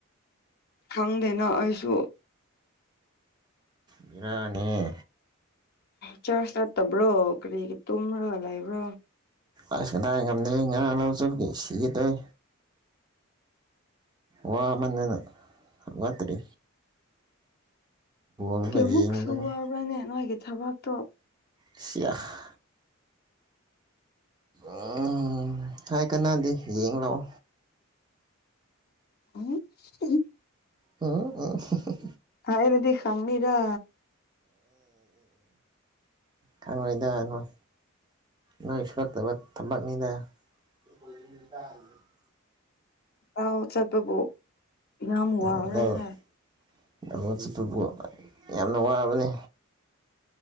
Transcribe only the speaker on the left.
ꯈꯪꯗꯦꯅ ꯑꯩꯁꯨ
ꯆꯔꯁ ꯆꯠꯇꯕ꯭ꯔꯣ ꯀꯔꯤꯒꯤ ꯇꯨꯝꯃꯒ ꯂꯩꯕ꯭ꯔꯣ
ꯀꯌꯥꯃꯨꯛꯁꯨ
ꯋꯥꯕ꯭ꯔꯅꯦ ꯅꯣꯏꯒꯤ ꯊꯕꯛꯇꯣ
<unintelligible>
ꯍꯥꯏꯔꯗꯤ ꯈꯪꯅꯤꯗ
ꯂꯧ ꯆꯠꯄꯕꯨ ꯌꯥꯝ
ꯋꯥꯕ꯭ꯔꯥꯅꯦ